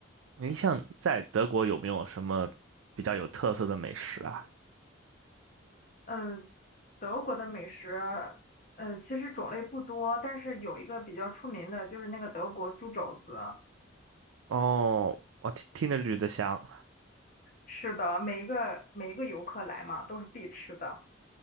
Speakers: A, on the right (about 80°); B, on the left (about 40°).
A: 你像在德国有没有什么比较有特色的美食啊？
B: 嗯，德国的美食，呃，其实种类不多，但是有一个比较出名的就是那个德国猪肘子。
A: 哦，我听听着就觉得香。
B: 是的，每一个每一个游客来嘛，都是必吃的。